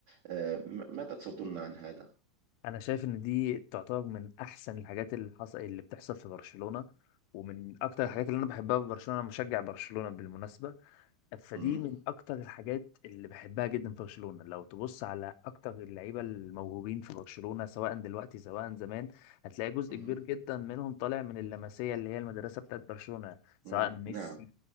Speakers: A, on the right (about 80°); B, on the left (about 85°).
A: آه، م- ماذا تظن عن هذا؟
B: انا شايف ان دي تعتبر من احسن الحاجات اللي حصل اللي بتحصل في برشلونة ومن اكتر الحاجات
A: مم.
B: اللي انا بحبها في برشلونة أنا مشجع برشلونة بالمناسبة فدي
A: مم.
B: من اكتر الحاجات اللي بحبها جدا في برشلونة لو تبص على اكتر اللعيبة الموهوبين في برشلونة سواء دلوقتي سواء زمان هتلاقي جزء
A: مم.
B: كبير جدا منهم طالع من اللمسية اللي هي المدرسة بتاعت برشلونة سواء
A: مم.
B: ميسي
A: نعم